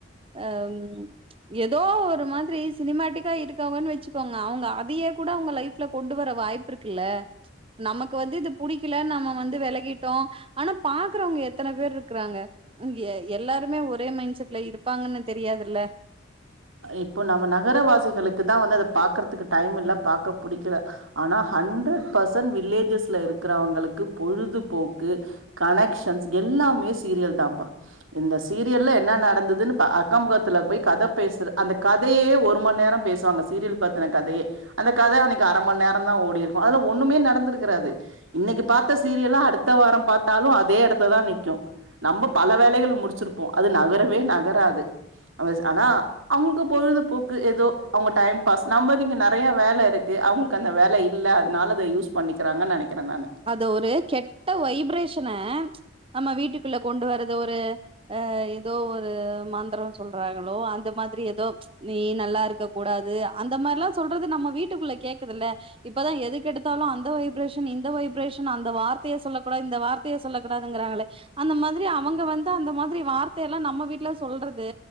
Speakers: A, on the right; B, on the right.
A: அ ம் எதோ ஒரு மாதிரி சினிமேட்டிக்கா இருக்கவ்ங்கன்னு வச்சுக்கோங்க அவுங்க அதயே கூட அவுங்க லைஃப் ல்ல கொண்டு வர வாய்ப்பு இருக்குல்ல நமக்கு வந்து இது புடிக்கில நம்ம வந்து வெலகிட்டோ ஆனா பாக்குறவுங்க எத்தன பேர் இருக்குறாங்க அங்கே எல்லாருமே ஒரே மைண்ட் செட்ல இருப்பாங்கன்னு தெரியாதுல்ல
B: இப்போ நம்ம நகரவாசிகளுக்கு தா வந்து அத பாக்குறதுக்கு டைம் இல்ல பாக்க புடிக்கல ஆனா ஹண்ரட் பர்சன்ட் வில்லேஜஸ்ல இருக்கிறவங்களுக்கு பொழுதுபோக்கு கனெக்க்ஷன்ஸ் எல்லாமே சீரியல் தாப்பா இந்த சீரியல்ல என்ன நடந்துதுன்னு பா அக்கம்மக்கத்துல போய் கத பேசுற அந்த கதையே ஒரும நேர பேசுவாங்க சீரியல் பத்துன கதையே அந்த கத அன்னிக்கு அரம நேர தா ஓடிர்க்கு அதுல ஒண்ணுமே நடந்திருக்குறாது இன்னக்கி பாத்த சீரியல்ல அடுத்த வார பாத்தாலு அதே இடத்துல தா நிக்கு நம்ப பல வேலைகள முடிச்சிருப்போ அது நகரவே நகராது அவஸ் ஆனா அவுங்களுக்கு பொழுதுபோக்கு எதோ அவங்க டைம் பாஸ் நமக்கிங்க நெறைய வேல இருக்கு அவுங்கள்க் கு அந்த வேல இல்ல அதனால அத யூஸ் பண்ணிக்கிறாங்கன்னு நெனைக்கிற நானு
A: அது ஒரு கெட்ட வைப்ரேஷன நம்ம வீட்டுக்குள்ள கொண்டு வர்றது ஒரு அ எதோ ஒரு மந்தரோ சொல்றாங்களோ அந்த மாதிரி எதோ நீ நல்லா இருக்க கூடாது அந்த மாறிலா சொல்றது நம்ம வீட்டுக்குள்ள கேக்குதுல்ல இப்பதா எது கெடுத்தாலு அந்த வைப்ரேஷன் இந்த வைப் ரேஷன் அந்த வார்த்தைய சொல்ல கூடாது இந்த வார்த்தைய சொல்ல கூடாதுங்குறாங்களே அந்த மாதிரி அவங்க வந்து அந்த மாதிரி வார்த்தை எல்லா நம்ம வீட்டு்ல சொல்றது